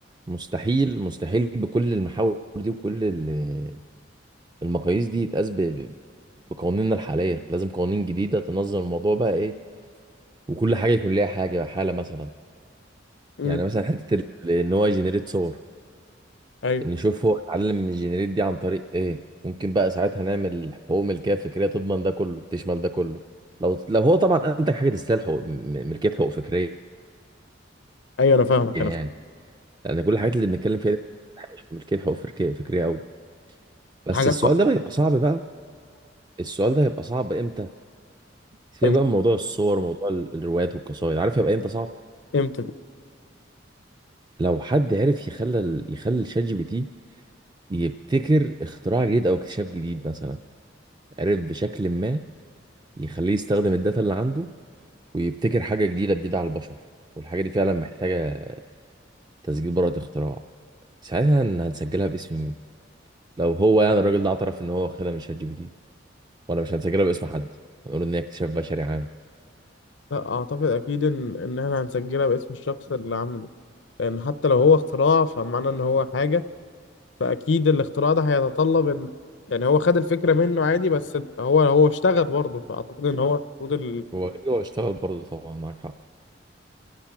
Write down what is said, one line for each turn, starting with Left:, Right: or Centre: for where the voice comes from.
Right: مستحيل مستحيل بكل المحاور دي وكل ال- المقاييس دي يتقاس ب- بقوانيننا الحالية لازم قوانين جديدة تنظم الموضوع بقى ايه وكل حاجة يكون ليها حاجة حالة مثلا
Left: امم
Right: يعني مثلا حتة ال- ان هو يجنريت صور
Left: ايوه
Right: نشوف هو اتعلم من الجنريت دي عن طريق ايه ممكن بقى ساعتها نعمل حقوق ملكية فكرية تضمن ده كله تشمل ده كله لو لو هو طبعا انتج حاجة تستاهل حقوق م- ملكية حقوق فكرية
Left: ايوه انا فاهمك
Right: يعني
Left: انا فاهمك
Right: لأن كل الحاجات اللي بنتكلم فيها دي مش ملكية حقوق فكرية فكرية قوي بس
Left: حاجه
Right: السؤال ده بقى يبقى صعب بقى السؤال ده هيبقى صعب امتى؟ سيبك
Left: امتى
Right: بقى من موضوع الصور وموضوع ال- الروايات والقصائد عارف هيبقى امتى صعب؟
Left: امتى
Right: لو حد عرف يخلى ال- يخلي الشات جي بي تي يبتكر اختراع جديد او اكتشاف جديد مثلا عرف بشكل ما يخليه يستخدم الداتا اللي عنده ويبتكر حاجه جديده جديده على البشر والحاجه دي فعلا محتاجه تسجيل براءه اختراع ساعتها هن- هنسجلها باسم مين لو هو يعني الراجل ده اعترف ان هو خدها من شات جي بي تي ولا مش هنسجلها باسم حد هنقول ان هي اكتشاف بشري عام
Left: لا اعتقد اكيد ان ان احنا هنسجلها باسم الشخص اللي عامله لان حتى لو هو اختراع فمعنى ان هو حاجة فاكيد الاختراع ده هيتطلب ان يعني هو خد الفكره منه عادي بس هو هو اشتغل برضه فاعتقد ان هو المفروض ال...
Right: هو أكيد هو اشتغل برضه طبعا معاك حق